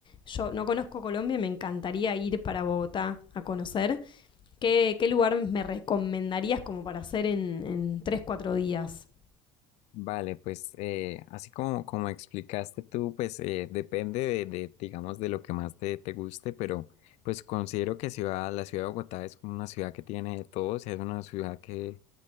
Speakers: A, on the left; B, on the left.
A: yo no conozco Colombia y me encantaría ir para Bogotá a conocer, ¿qué, qué lugar me recomendarías como para hacer en, en 3, 4 días?
B: Vale, pues eh, así como, como explicaste tú, pues eh, depende de, de, digamos, de lo que más te, te guste, pero pues considero que ciudad, la ciudad de Bogotá es una ciudad que tiene de todo, o sea, es una ciudad que